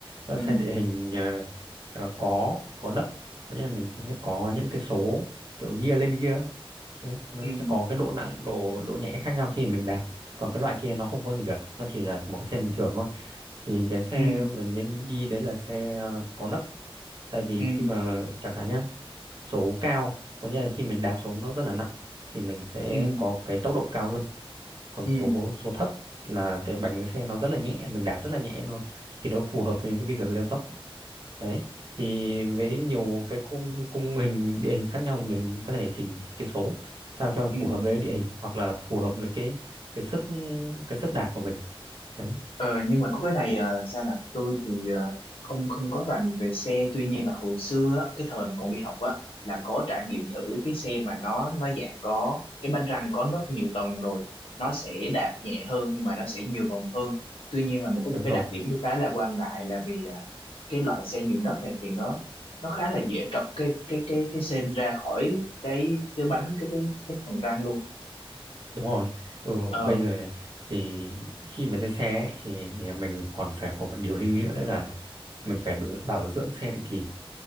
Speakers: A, on the right; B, on the left.
A: đó là
B: ừ
A: xe địa hình ờ, ờ, có có nấc có nghĩa là mình sẽ có những cái số kiểu gear lên gear ấy. Đấy, nó
B: ừ
A: sẽ có cái độ nặng độ độ nhẹ khác nhau khi mình đạp còn cái loại kia nó không có gì cả nó chỉ là một cái xe bình thường thôi thì cái xe
B: ừ
A: mình nên đi đấy là xe ờ, có nấc tại vì
B: ừ ừ
A: khi mà chẳng hạn nhá số cao có nghĩa là khi mình đạp xuống nó rất là nặng thì mình sẽ
B: ừ,
A: có cái tốc độ cao hơn còn
B: ừ.
A: số số thấp là cái bánh xe nó rất là nhẹ mình đạp rất là nhẹ luôn thì nó phù hợp với cái việc leo dốc đấy thì với nhiều cái cung cung hình địa hình khác nhau thì mình có thể chỉnh cái số sao cho nó
B: ừ.
A: phù hợp với địa hình hoặc là phù hợp với cái cái sức cái sức đạp của mình đấy
B: Ờ, nhưng mà có cái này à, Sang ạ tôi thì ờ, không không có rành về xe tuy nhiên là hồi xưa á, cái thời mà còn đi học á là có trải nghiệm thử cái xe mà nó nó dạng có cái bánh răng có rất nhiều tầng rồi nó sẽ đạp nhẹ hơn nhưng mà nó sẽ nhiều vòng hơn tuy nhiên là một có
A: đúng
B: một cái
A: rồi
B: đặc điểm tôi khá là quan ngại là vì à, cái loại xe nhiều nấc này thì nó nó khá là dễ trật cái cái cái cái sên ra khỏi cái cái bánh cái cái cái phần răng luôn
A: đúng rồi ừ,
B: ờ
A: bây giờ này, thì khi mà chơi xe ấy, thì mình còn phải có một điều lưu ý nữa đấy là mình phải bảo bảo dưỡng xe định kỳ